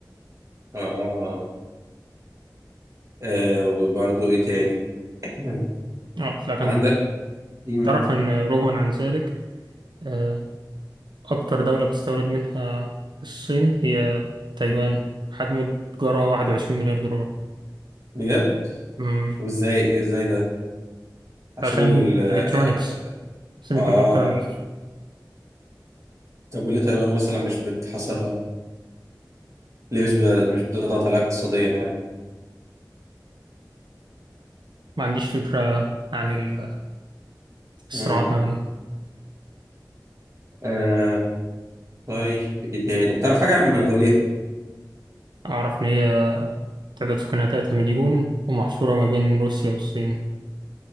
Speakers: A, on the right (about 45°); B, on the right (about 80°).
A: اه, آه. وبرضو ايه تاني مم.
B: آه، لكن
A: عندك مم.
B: تعرف إن رغما عن ذلك آه، أكتر دولة بتستورد منها الصين هي تايوان حجم التجارة 21 مليار دولار
A: بجد
B: مم.
A: طب ازاي ازاي ده عشان
B: عشان
A: ال اه
B: الكترونكس سيمي
A: آه.
B: كوندكتور اندستري
A: طب وليه تايوان مثلا مش بتحاصرها ليه مش بت- مش بتضغط عليها اقتصاديا يعني
B: ما عنديش فكرة عن ال- الصراعات
A: مم.
B: ما بينهم
A: آه طيب ايه تاني تعرف حاجة عن منغوليا؟
B: أعرف إن هي تعداد سكانها 3 مليون ومحصورة ما بين روسيا والصين